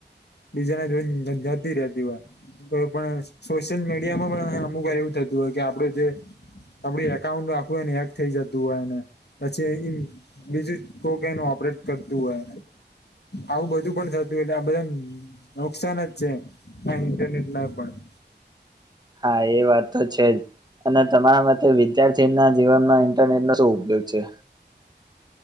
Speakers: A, on the left (about 65°); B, on the right (about 20°).
A: બીજા ને જોડે જતી રેતી હોય. કોય પણ સોશિયલ મીડિયા માં પણ અમુક વાર એવું થતું હોય કે આપડે જે આપડી એકાઉન્ટ આખુંને હેક થઈ જતું હોય ને પછી બીજું જ કોક એને ઓપરેટ કરતું હોય. આવું બધું પણ થતું એટલે આ બધા નુકસાન જ છે આ ઇન્ટરનેટ ના પણ
B: હા એ વાત તો છે જ અને તમારા માટે વિદ્યાર્થી ના જીવનમાં ઇન્ટરનેટ નો શું ઉપયોગ છે?